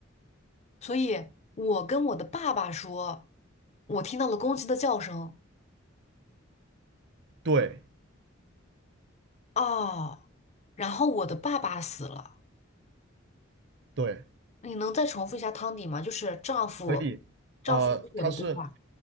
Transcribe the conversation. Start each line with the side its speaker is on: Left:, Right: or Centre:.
Left: 所以，我跟我的爸爸说，我听到了公鸡的叫声，
Right: 对
Left: 哦，然后我的爸爸死了。
Right: 对，
Left: 你能再重复一下汤底吗？就是丈夫，
Right: 可以。
Left: 丈夫跟我的对话。
Right: 呃，他是